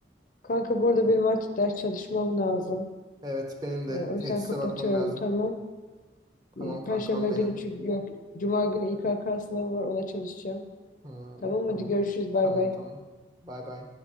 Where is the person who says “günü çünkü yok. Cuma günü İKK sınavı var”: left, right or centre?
Left